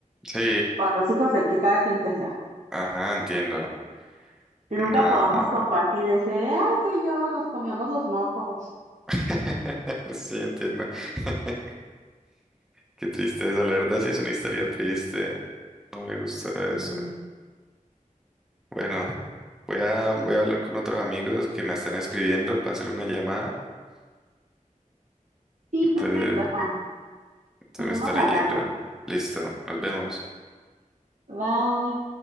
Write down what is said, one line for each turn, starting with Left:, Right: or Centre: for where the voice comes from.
Centre: Sí,
Right: o a los hijos de que cada quien tenga,
Centre: ajá, entiendo.
Right: que nunca
Centre: No.
Right: podamos compartir ese, ay, tú y yo nos comíamos los mocos.
Centre: <laughs> Sí, entiendo. <laughs> Qué tristeza, la verdad sí es una historia triste. No me gustó eso.
Right: Y-
Centre: Bueno, voy a, voy a hablar con otros amigos que me están escribiendo para hacer una llamada.
Right: Sí,
Centre: Entonces,
Right: perfecto, Juan.
Centre: entonces
Right: Seguimos
Centre: me estaré
Right: hablando.
Centre: yendo. Listo, nos vemos.
Right: Bye.